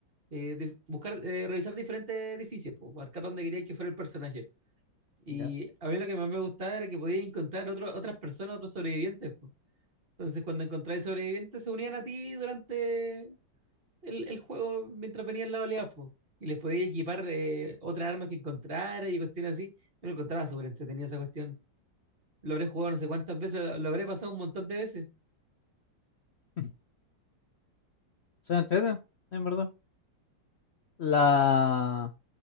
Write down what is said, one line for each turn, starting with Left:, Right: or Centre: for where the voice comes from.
Right: eh, dif- buscar, eh, revisar diferentes edificios, pues, marcar dónde queríais que fuera el personaje. Y
Left: ya.
Right: a mí lo que más me gustaba era que podías encontrar otro- otras personas, otros sobrevivientes. pues. Entonces, cuando encontráis sobrevivientes, se unían a ti durante el, el juego mientras venían las oleadas, pues. Y les podías equipar eh, otras armas que encontrara y cuestiones así. Yo lo encontraba súper entretenida esa cuestión. Lo habré jugado no sé cuántas veces, lo lo habré pasado un montón de veces.
Left: <laughs> Son entreten, en verdad. La